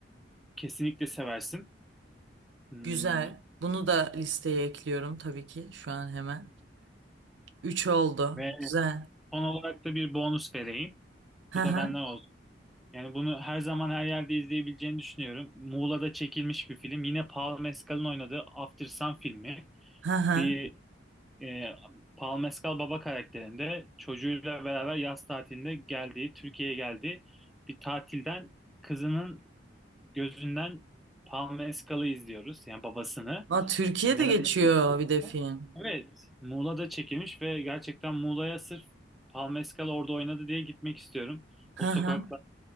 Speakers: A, in the centre; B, on the right (about 75°).
A: Kesinlikle seversin. Hmm,
B: Güzel. Bunu da listeye ekliyorum tabii ki şu an hemen. Üç oldu.
A: Ve
B: Güzel.
A: son olarak da bir bonus vereyim.
B: Hı
A: Bu
B: hı.
A: da benden Yani bunu her zaman her yerde izleyebileceğini düşünüyorum. Muğla'da çekilmiş bir film. Yine Paul Mescal'ın oynadığı After Sun filmi.
B: Hı hı.
A: Bir e, Paul Mescal baba karakterinde çocuğuyla beraber yaz tatilinde geldiği, Türkiye'ye geldiği bir tatilden kızının gözünden Paul Mescal'ı izliyoruz. Yani babasını.
B: Aa, Türkiye'de
A: Neler
B: geçiyor
A: yapıyor?
B: bir de film.
A: Evet, Muğla'da çekilmiş ve gerçekten Muğla'ya sırf Paul Mescal orada oynadı diye gitmek istiyorum.
B: Hı
A: O
B: hı.
A: sokak